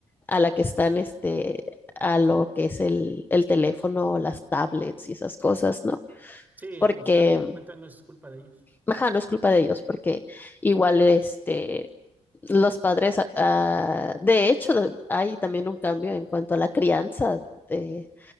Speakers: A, on the left; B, on the right.
A: a la que están, este, a lo que es el, el teléfono, las tablets y esas cosas, ¿no?
B: Sí,
A: Porque,
B: a final de cu- cuentas no es culpa de ellos.
A: ajá, no es culpa de ellos, porque igual, este, Los padres, ah, ah, de hecho, de- hay también un cambio en cuanto a la crianza. de-